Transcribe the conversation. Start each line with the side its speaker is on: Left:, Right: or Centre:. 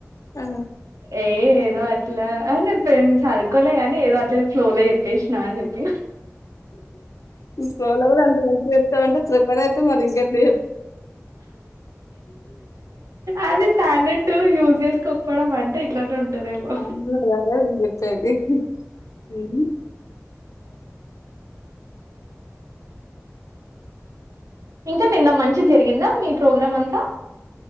Left: ఆ
Right: ఏ ఏదో అట్లా అ ఫ్రెండ్ సదుకోలే గానీ ఏదో అట్లే ఫ్లో లో చెప్పేసినా అని చెప్పి
Left: సోల కూడా అంత మంచి చేత్తవంట ప్రిపేర్ అయితే మరి ఇంకేటీ
Right: అదే ట్యాలెంట్ టు యూజ్ చేసుకోకపోవడం అంటే ఇట్లానే ఉంటుంది దేమో
Left: అవును, అదే నేను చెప్పేది ఉమ్,
Right: ఇంకా నిన్న మంచి గ జరిగిందా మీ ప్రోగ్రాం అంతా